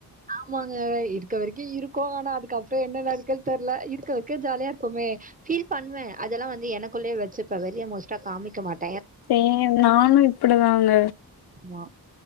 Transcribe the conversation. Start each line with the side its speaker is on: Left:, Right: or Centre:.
Right: ஆமாங்க இருக்க வரைக்கு இருக்கோ ஆனா அதுக்கப்றோ என்ன நடக்கன் தெர்ல இருக்க வரைக்கு ஜாலியா இருப்போமே ஃபீல் பண்வே அதெல்லா வந்து எனக்குள்ளயே வெச்சுப்பே வெளிய மோஸ்டா காமிக்க மாட்
Left: சேம் நானு இப்டுதாங்க
Right: மா